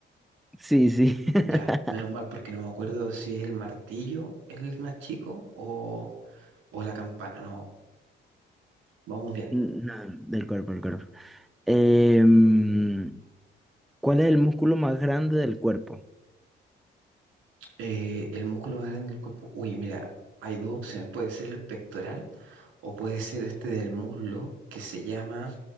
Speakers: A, in the centre; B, on the right.
A: Sí, sí. <laughs>
B: Ya, menos mal, porque no me acuerdo si es el martillo, es el más chico o, o la campana, no. Vamos bien.
A: No, del cuerpo, del cuerpo. Em, ¿cuál es el músculo más grande del cuerpo?
B: Eh, el músculo más grande del cuerpo. Uy, mira, hay dos opciones. Puede ser el pectoral o puede ser este del muslo que se llama.